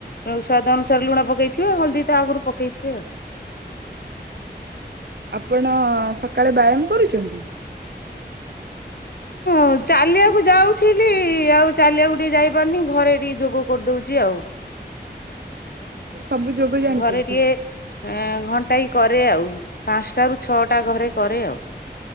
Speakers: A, on the left; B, on the right.
A: ସ୍ୱାଦ ଅନୁସାରେ ଲୁଣ ପକେଇଥିବ ହଳଦୀ ତ ଆଗରୁ ପକେଇଥିବ ଆଉ।
B: ଆପଣ ସକାଳେ ବ୍ୟାୟାମ କରୁଛନ୍ତି?
A: ହଁ ଚାଲିବାକୁ ଯାଉଥିଲି ଆଉ ଚାଲିବାକୁ ଟିକେ ଯାଇପାରୁନି ଘରେ ଟିକେ ଯୋଗ କରିଦଉଛି ଆଉ।
B: ସବୁ ଯୋଗ ଜାଣିଛନ୍ତି?
A: ଘରେ ଟିକେ ଘଣ୍ଟାଏ କରେ ଆଉ ପାଞ୍ଚଟା ରୁ ଛଅଟା ଘରେ କରେ ଆଉ।